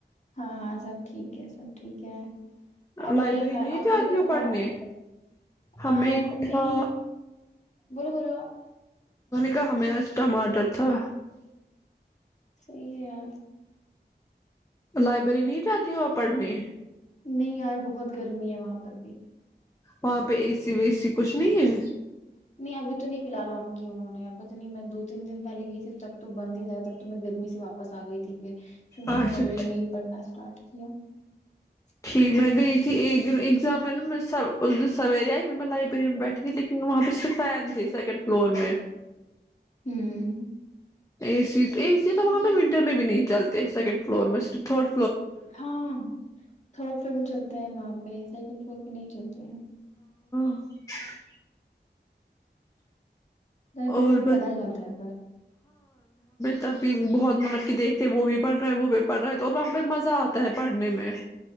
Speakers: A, on the left; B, on the left.
A: ہاں ہاں سب ٹھیک ہے سب ٹھیک ہے آپ
B: لائبریری
A: نے کھا
B: نہیں
A: آپ
B: جاتی
A: نے کیا
B: ہو
A: کھایا
B: پڑھنے ہمیں
A: آ نہیں
B: تھا
A: بولو بولو آپ
B: کا ہمیں آج ٹماٹر تھا
A: صی ہے یار
B: لائبریری نہیں جاتی ہو پڑھنے
A: نہیں یار بہت گرمی ہے وہاں پر بھی
B: وہاں پہ اے سی وی سی کچھ نہیں ہے
A: نہیں ابھی تو نہیں فی الحال آن گ انہوں نے پت نہیں میں دو تین دن پہے گئی تھی تب تو بند ہی رہ تھا تب تو میں گرمی سے واپس آ گئی تھی پھر پھر میں
B: اچھا
A: نے کمرے میں ہی پڑھنا اسٹارٹ کیا <unintelligible>
B: جھ میں گئی تھی اگزام میں نن سویرے آئی پھر میں لائبریری میں بیٹھی تھی لیکن وہاں پہ صرف فین تے سیکنڈ فلور میں
A: <unintelligible>
B: <unintelligible> اے سی تو
A: ہوں
B: وہاں پہ ونٹر میں بھی نہیں چل سیکنڈ فلور میں صرف تھوڈ
A: ہاں تھرڈ فلور میں چلتے ہیں وہاں پہ سیکنڈ فلور پہ نہیں چلتے ہیں
B: <unintelligible>
A: ل پ
B: اور
A: میں
B: ب
A: پڑھا جاتا ہے پر
B: تبھی بہت مطلب کہ دیکھتے وہ بھی پڑھ رہا ہے وہ بھی پڑھ رہا ہے تو اور وہق ب مزہ آتا ہے پڑھنے میں